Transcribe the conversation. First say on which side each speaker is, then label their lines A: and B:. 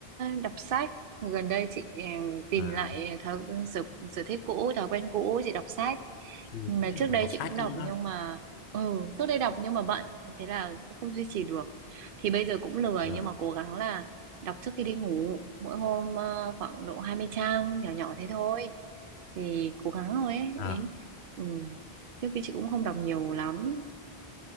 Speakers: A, on the right; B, on the left.
A: đọc sách gần đây chị ừ, tìm
B: à,
A: lại thói sở, sở thích cũ thói quen cũ chị đọc sách
B: thì
A: mà trước đây
B: còn đọc
A: chị
B: sách
A: cũng đọc
B: nữa
A: nhưng mà ừ trước đây đọc nhưng mà bận thế là cũng không duy trì được thì bây giờ cũng lười
B: à,
A: nhưng mà cố gắng là đọc trước khi đi ngủ mỗi hôm ờ, khoảng độ 20 trang nhỏ nhỏ thế thôi thì cố gắng thôi ấy
B: à,
A: ý ừ. trước khi chị cũng không đọc nhiều lắm